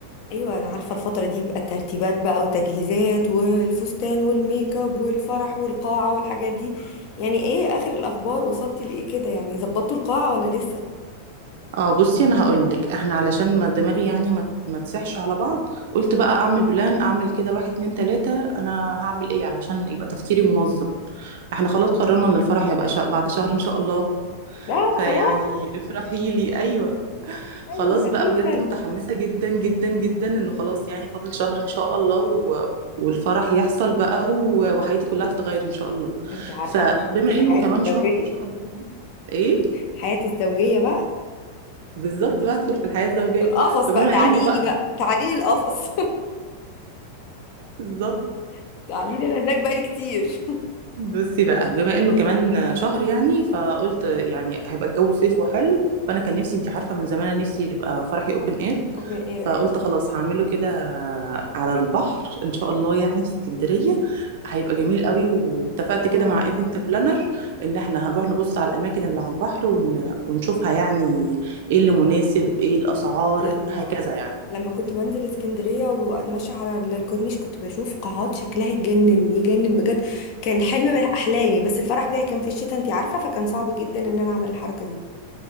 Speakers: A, on the left; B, on the right.
A: ايوه انا عارفة الفترة دي بقى الترتيبات بقى وتجهيزات والفستان والميك اب والفرح والقاعة والحاجات دي يعني ايه اخر الاخبار وصلتي لايه كده يعني ظبطتوا القاعة ولا لسه
B: اه بصي انا هقولك احنا علشان ما دماغي يعني ما ما تسحش على بعض قلت بقى اعمل بلان اعمل كده واحد اتنين تلاتة انا هعمل ايه علشان يبقى تفكيري منظم احنا خلاص قررنا ان الفرح يبقى شا... بعد شهر ان شاء الله
A: لا
B: فيعني
A: خلاص
B: افرحي لي ايوه خلاص
A: ايوه اكيد
B: بقى بجد متحمسة جدا جدا جدا انه خلاص يعني فاضل شهر ان شاء الله و... والفرح يحصل بقى و... وحياتي كلها تتغير ان شاء الله
A: انت عارفه
B: فبما
A: بقى <laughs> هتبقى
B: انه
A: حياتي
B: كمان شهر
A: الزوجيه
B: ان شاء الله ايه
A: حياتي الزوجية بقى
B: بالظبط بقى ادخل في الحياة الزوجية
A: القفص
B: فبما
A: بقى تعاليلي
B: انه بقى
A: بقى تعاليلي القفص
B: بالظبط
A: <laughs> تعاليلي انا هناك بقالي كتير <laughs>
B: بصي بقى بما انه كمان شهر يعني فقلت يعني هيبقى الجو صيف وحلو فانا كان نفسي انت عارفه من زمان انا نفسي يبقى فرحي اوبن اير
A: اوبن اير
B: فقلت
A: ايوه
B: خلاص هعمله كده على البحر ان شاء الله يعني في اسكندريه هيبقى جميل قوي واتفقت
A: اه
B: كده مع ايفنت بلانر ان احنا هنروح نبص على الاماكن اللي على البحر ون... ونشوفها يعني ايه اللي مناسب ايه الاسعار
A: لما
B: هكذا يعني
A: لما كنت بنزل اسكندرية واتمشى على ال- الكورنيش كنت بشوف قاعات شكلها يجنن يجنن بجد كان حلم من احلامي بس الفرح بتاعي كان في الشتاء انتي عارفة فكان صعب جدا ان انا اعمل الحركة دي